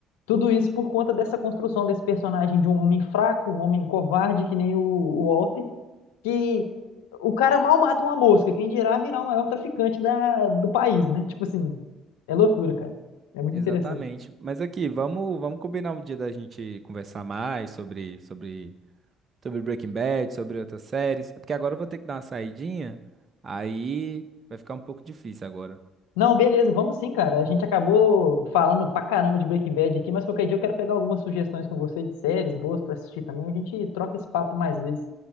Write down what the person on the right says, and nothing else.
Exatamente.
Mas aqui, vamos vamos combinar um dia da gente conversar mais sobre sobre Sobre Breaking Bad, sobre outras séries. É porque agora eu vou ter que dar uma saidinha. Aí vai ficar um pouco difícil agora.